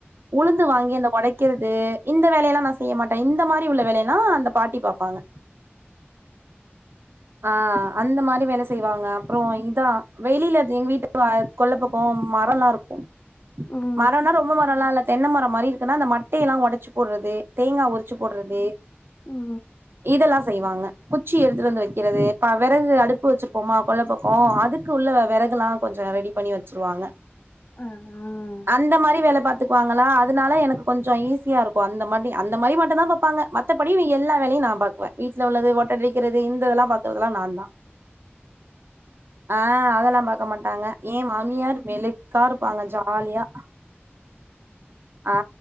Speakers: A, on the right (about 60°); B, on the left (about 40°).
A: உளுந்து வாங்கி அந்தப் ஒடைக்கிறது இந்த வேலயெல்லா நா செய்ய மாட்ட இந்த மாரி உள்ள வேலையெல்லா அந்த பாட்டி பாப்பாங்க ஆ அந்த மாரி வேல செய்வாங்க அப்றோ இந்தா வெளியில எங் வீட்டு வ கொள்ள பக்கம் மரல்லா இருக்கும்
B: ம்
A: மரம்னா ரொம்ப மரல்லா இல்ல தென்ன மரம் மாரி இருக்குன்னா அந்த மட்டை எல்லா ஒடச்சு போட்றது தேங்கா உரிச்சு போட்றது
B: ம்
A: இதெல்லா செய்வாங்க குச்சி எடுத்துட்டு வந்து வெக் க்கிறது இப்ப வெறகு அடுப்பு வச்சிருப்போமா கொல்ல பக்கம் அதுக்கு உள்ள வெறகுல்லா கொஞ்சம் ரெடி பண்ணி வச்ருவாங்க
B: ம் ம்
A: அந்த மாரி வேல பாத்துக்குவாங்களா அதுனால எனக்கு கொஞ்சம் ஈஸியா இருக்கும் அந்த மாரி அந்த மாரி மட்டும்தா பாப்பாங்க மத் மத்தபடி எல்லா வேலயும் நா பாக்வ வீட்ல உள்ளது ஓட்ட அடிக்கிறது இந்த இதல்லா பாக்குறதெல்லா நான் தா ஆ அதெல்லா பாக்க மாட்டாங்க என் மாமியார் மெலுக்கா இருப்பாங்க ஜாலியா ஆ